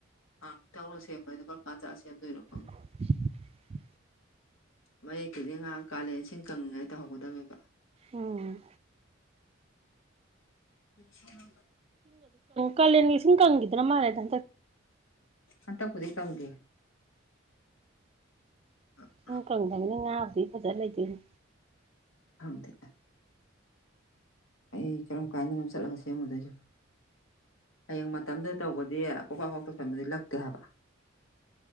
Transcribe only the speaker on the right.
ꯑ
ꯎꯝ
ꯀꯥꯂꯦꯟꯒꯤ ꯏꯁꯤꯡ ꯀꯪꯈꯤꯗꯅꯥ ꯃꯥꯂꯦꯗ
ꯏꯨꯡ ꯀꯪꯗꯕꯅꯤꯅ ꯉꯥꯕꯨꯗꯤ ꯐꯖꯅ ꯂꯩꯗꯣꯏꯅꯤ